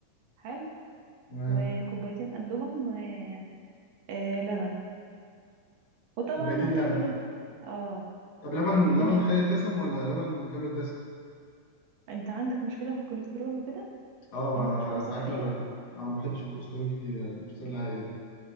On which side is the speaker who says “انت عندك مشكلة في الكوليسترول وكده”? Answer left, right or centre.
Right